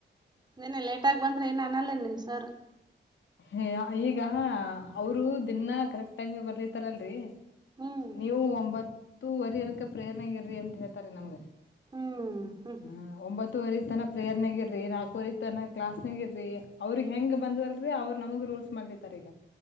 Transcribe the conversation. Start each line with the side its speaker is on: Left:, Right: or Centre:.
Right: ನಿನ್ನೆ ಲೇಟಗ ಬಂದ್ರೆ ಏನ್ ಅನಲ್ಲೇನ್ ನಿಮ್ಮ ಸರ್
Left: ಹೇ ಈಗ ಅವರು ದಿನಾ ಕರೆಕ್ಟ್ ಟೈಮಗೆ ಬರ ಬರ್ಲಿತಾರಲ್ರಿ
Right: ಹ್ಮ್
Left: ನೀವು ಒಂಬತ್ತ. ಹತ್ತುವರಿ ಅನದಕ ಪ್ರೇರಣೆಗ ಇರಿ ಅಂತ ಹೇಳ್ತಾರೆ ನಮಗ <unintelligible>
Right: ಹ್ಮ್ ಹ್ಮ್
Left: ಹೂ ಒಂಬತ್ತ <unintelligible> ಹತ್ತುವರಿ ತನ ಪ್ರೇಯರ್ ನಗಿರ್ರಿ ನಾಲ್ಕುವರೆ ತನ ಕ್ಲಾಸ್ ನಗಿರ್ರಿ. <unintelligible> ಅವ್ರಿಗೆ ಹೆಂಗ ಬಂದಲ್. <unintelligible> ಅವರು ನಮಗೆ ರೋಲ್. ಮಾಡ ತ ಈಗ